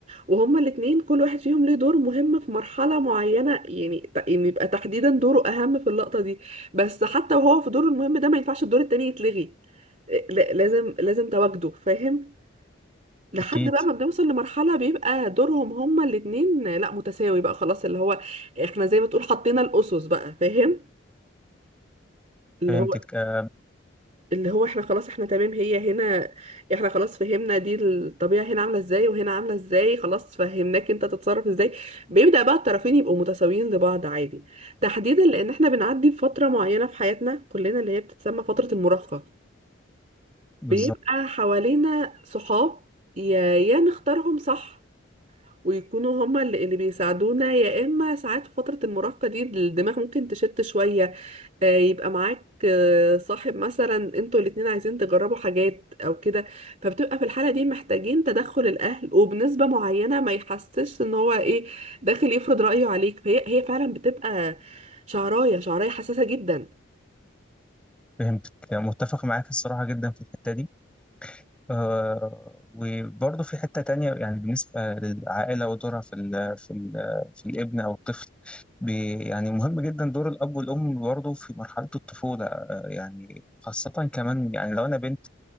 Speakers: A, on the right; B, in the centre.
A: وهما الاتنين كل واحد فيهم ليه دور مهم في مرحلة معينة يعني ت- يعني يبقى تحديدا دوره أهم في اللقطة دي بس حتى وهو في دوره المهم ده ما ينفعش الدور التاني يتلغي لا- لازم لازم تواجده فاهم لحد
B: أكيد
A: بقى ما بنوصل لمرحلة بيبقى دورهم هما الاتنين لا متساوي بقى خلاص اللي هو احنا زي ما تقول حطينا الأسس بقى فاهم اللي
B: فهمتك
A: هو
B: آه،
A: اللي هو احنا خلاص احنا تمام هي هنا احنا خلاص فهمنا دي الطبيعة هنا عاملة ازاي وهنا عاملة ازاي خلاص فهمناك انت تتصرف ازاي بيبدأ بقى الطرفين يبقوا متساويين لبعض عادي تحديدا لان احنا بنعدي بفترة معينة في حياتنا كلنا اللي هي بتتسمى فترة المراهقة
B: بالظبط
A: بيبقى حوالينا صحاب يا يا نختارهم صح ويكونوا هما اللي اللي بيساعدونا يا اما ساعات في فترة المراهقة دي الدماغ ممكن تشت شوية آه، يبقى معاك آه، صاحب مثلا انتوا الاتنين عايزين تجربوا حاجات او كده فبتبقى في الحالة دي محتاجين تدخل الاهل وبنسبة معينة ما يحسش ان هو ايه داخل يفرض رأيه عليك فهي هي فعلا بتبقى شعراية شعراية حساسة جدا
B: فهمتك آه، متفق معاك الصراحة جدا في الحتة دي آه، وبرضه في حتة تانية يعني بالنسبة للعائلة ودورها في ال في ال في الابن أو الطفل بي- يعني مهم جدا دور الأب والأم برضه في مرحلة الطفولة آه، يعني خاصة كمان يعني لو أنا بنت